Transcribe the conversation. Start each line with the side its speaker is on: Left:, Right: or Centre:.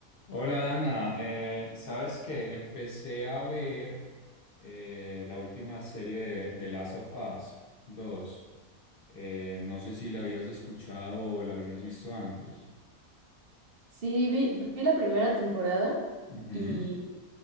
Left: Hola Dana, Eh, sabes que empecé a ver eh, la última serie de, de Last of Us dos. Eh, no sé si la habías escuchado o la habías visto antes.
Right: Sí, vi, vi la primera temporada
Left: Ujú.
Right: y,